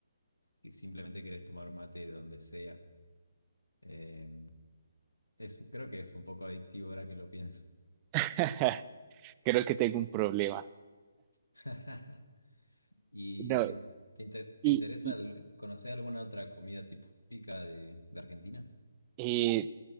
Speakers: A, on the left (about 85°); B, on the right (about 20°).
A: que simplemente querés tomar un mate donde sea Eh, es, creo que es un poco adictivo ahora que lo pienso.
B: <laughs> Creo que tengo un problema.
A: <laughs> ¿Y
B: No,
A: em, te, inter- te
B: y,
A: interesa
B: y,
A: el- conocer alguna otra comida típica de, de Argentina?
B: eh,